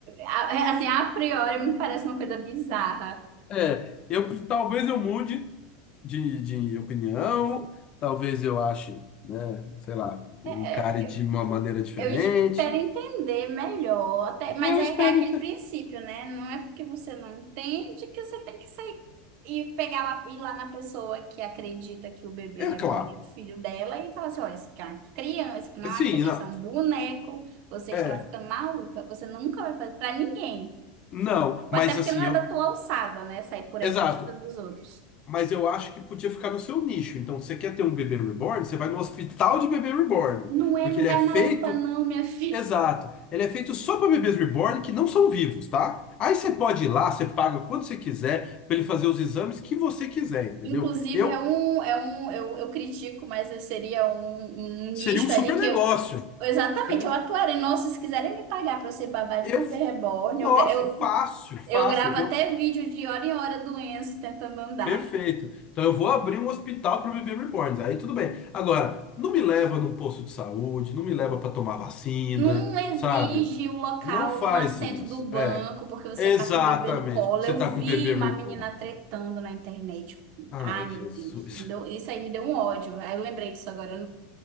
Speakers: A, on the right; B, on the left.
A: a- é, assim, a priori me parece uma coisa bizarra.
B: É, eu talvez eu mude de, de opinião, talvez eu ache, né, sei lá, eu
A: É,
B: encare de uma maneira diferente.
A: Eu espero entender melhor, até, mas
B: Eu
A: é
B: espero
A: que é aquele
B: ter.
A: princípio, né? Não é porque você não entende que você tem que sair e pegar lá, ir lá na pessoa que acredita que o bebê reborn
B: É claro.
A: é filho dela e falar assim, olha, isso aqui é uma criança, isso aqui não é
B: Sim,
A: uma criança,
B: não.
A: é um boneco, você
B: É,
A: está ficando maluca, você nunca vai fazer pra ninguém.
B: não,
A: Até
B: mas
A: porque
B: assim,
A: não é
B: eu.
A: da tua alçada, né? Sair por aí
B: Exato.
A: criticando os outros.
B: Mas eu acho que podia ficar no seu nicho. Então, se você quer ter um bebê reborn, você vai no hospital de bebê reborn.
A: Não é,
B: Porque
A: não
B: ele
A: vai
B: é feito.
A: na UPA não, minha filha.
B: Exato. Ele é feito só para bebês reborn que não são vivos, tá? Aí você pode ir lá, você paga quando você quiser, para ele fazer os exames que você quiser, entendeu?
A: Inclusive,
B: Eu.
A: é um, é um, eu, eu critico, mas eu seria um, um
B: Seria
A: nicho
B: um super
A: ali que
B: negócio.
A: eu, exatamente,
B: Seria-
A: eu atuaria. Nossa, se quiserem me pagar pra eu ser babá de
B: Eu.
A: bebê reborn,
B: Nossa,
A: eu, gra- eu,
B: fácil, fácil.
A: eu gravo até vídeo de hora em hora do Enzo tentando andar.
B: Perfeito. Então eu vou abrir um hospital para bebê reborns. Aí tudo bem. Agora, não me leva num posto de saúde, não me leva para tomar vacina,
A: Não exige
B: sabe?
A: o local
B: Não faz
A: no assento
B: isso.
A: do banco,
B: É,
A: porque você
B: exatamente,
A: tá com o bebê no colo.
B: porque você
A: Eu vi
B: tá com um bebê
A: uma
B: reborn.
A: menina tretando na internet.
B: Ai,
A: Ai,
B: Jesus.
A: meu Deus, me deu- isso aí me deu um ódio. Aí eu lembrei disso agora.